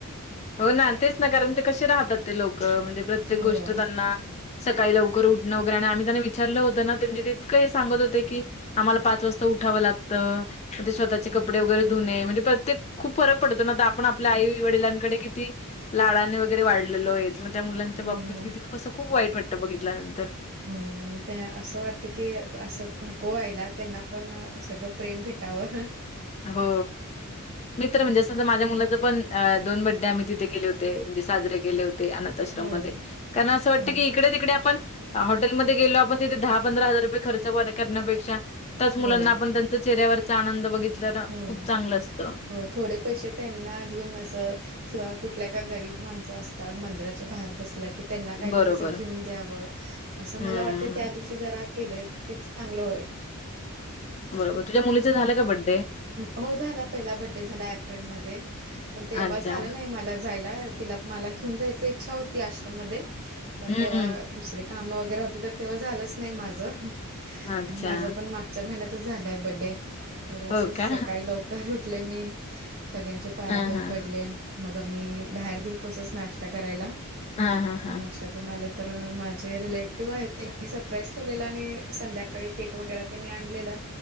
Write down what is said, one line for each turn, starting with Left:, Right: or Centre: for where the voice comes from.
Left: हो ना तेच ना कारण ते कसे राहतात ते लोक म्हणजे प्रत्येक
Right: हो
Left: गोष्ट त्यांना सकाळी लवकर उठणं वगैरे आणि आम्ही त्यांना विचारलं होतं ना तेज तितकं हे सांगत होते की आमला पाच वाजता उठावं लागतं म्हणजे स्वतःचे
Right: हं.
Left: कपडे वगैरे ध म्हणजे प्रत्येक खूप फरक पडतो ना आपण आपल्या आई वडिलांकडे किती लाडाने वगैरे वाढलेो आहेत. त्या मुलांच्या बाबतीत
Right: हो
Left: किती कसं खूप वाईट वाटतं बघितल्यानंतर
Right: हो आणि त्या असं वाटते की असं नको व्हायला त्यांना पण सगळं प्रेम भेटावं हा
Left: हो... मित्र म्हणजे माझ्या मुलाच पण दोन बड्डे आम्ही तिथे केले होते म्हणजे साजरे केले होते ते अनाथश्रम
Right: हो
Left: मध्ये कारण असं वाटतं
Right: हो
Left: की इकडे तिकडे आपण हॉटेलमध्ये गेलो आपण तिे दहा पंधरा हजार रुपय खर्च वगैरे करण्यापेक्षा त्याच मुलां
Right: हो
Left: आपण त्यांचा चेहऱ्यावरचा आनंदित
Right: हो
Left: खूप चांगलं असतं
Right: हो थोडे पैसे त्यांना देऊन अस किंवा कुठल्या का गरीब माणसं असतात मंदिराच्या बाहेर बसल्या कि त्यांना काहीतरी
Left: बरोबर.
Right: घेऊन द्याव अस
Left: हं,
Right: मला वाटत त्या दृष्टी जरा केले की चांगलं होय
Left: बरोबर तुझ्या मुलीच झाल का बड्डे
Right: हो झाला पहिला बड्डे झाला एप्रिलमध्ये. पण तेव्हा
Left: अच्छा.
Right: झालं नाही मला जायला तिला मला घेऊन जायच इच्छा होती आश्रम म्मध्ये पण
Left: हं,
Right: तेव्हा
Left: हं.
Right: दुसरी काम वगैरे होते तर तेव्हा झालंच नाही माझ आणि
Left: अच्छा.
Right: माझ पण मागच्या महिन्यात झायलाय बडे तर अस
Left: हो का?
Right: सकाळी लवकर उठले मी सगळ्यांचे पायाबिया
Left: हां, हां.
Right: पडले मग मी बाहेर गेलतो असच नाश्ता करायला
Left: हां, हां,
Right: आणि
Left: हां.
Right: नाश्ता करून आले तर माझे रिलेटिव्ह आहेत त्यांनी सरप्राईज ठेवलेला आणि संध्याकाळी केक वगैरे त्यांनी आणलेला.